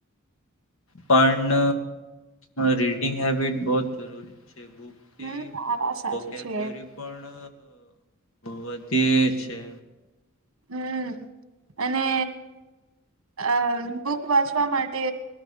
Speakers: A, on the left; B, on the right.
A: પણ રીડિંગ હેબિટ બો જરૂરી. છે બુકથી
B: હમ આ વાત સાચી
A: વોકેબલેરી
B: છે
A: પણ. વધી છે.
B: હમ્મ અને અ બુક વાંચવા માટે